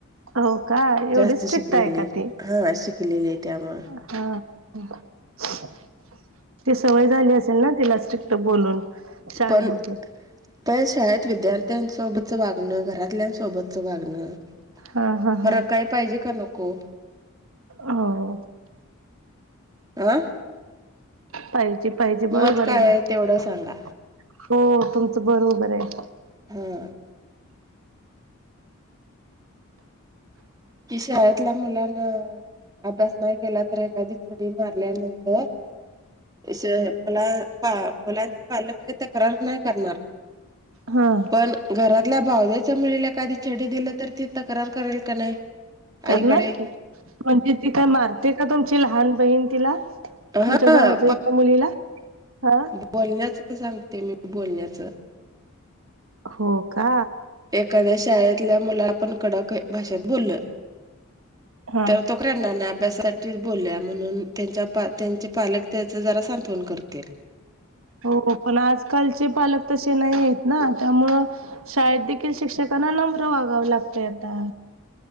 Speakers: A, on the right (about 65°); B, on the right (about 15°).
A: हो का एवढी
B: जास्त
A: स्ट्रिक्ट
B: शिकलेले
A: आहे का ती?
B: हा शिकलेले त्यामु
A: हा ती सवय झाली असेल ना तिला स्ट्रिक्ट बोलून शाळेमध्ये
B: पण प शाळेत विद्यार्थ्यां सोबतचं वागणं घरातल्यां सोबतचं वागणं
A: हा हा
B: फरक
A: हा
B: काय पाहिजे का नको
A: हो
B: आं
A: पाहिजे पाहिजे
B: मत
A: बरोबर
B: काय
A: आहे ना
B: तेवढं सांगा
A: हो तुमचं बरोबबर आहे
B: हम कि शाळेतल्या मुलांना अभ्यास नाही केला तर एखादी चडी मारल्यानंतर मला मुलांचे पालक आहे तक्रार नाही करणार
A: हां
B: पण घरातल्या भावज्याच्या मुलीला कधी छडी दिलं तर ती तक्रार करेल का नाही
A: करणार
B: आईकडे
A: की म्हणजे ती काय मारते का तुमची लहान बहीण तिला तुमच्या
B: हा
A: भावच इच्या मुलीला हा
B: बोलण्याचं सांगते मी बोलण्याचं
A: हो का
B: एखाद्या शाळेतल्या मुला आपण कडक भाषेत बोलल
A: हा
B: तर तो क्रंडना अभ्यासासाठीच बोलल्या म्हणून त्यांच्या पा त्यांचे पालक त्याच जरा सांत्वन करतील
A: हो पण आजकालचे पालक तसे नाही आहेत ना त्यामुळं शाळेत देखील शिक्षकांना नम्र वागावं लागतय आता